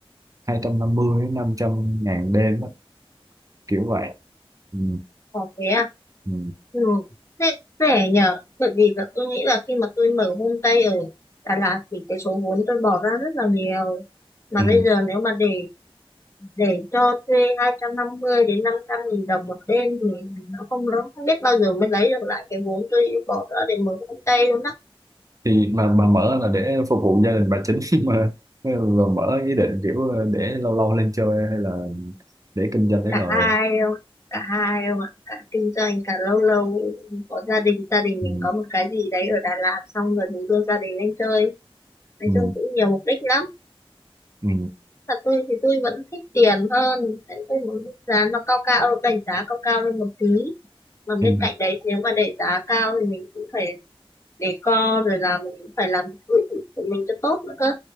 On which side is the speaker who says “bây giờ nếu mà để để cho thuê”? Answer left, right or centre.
Left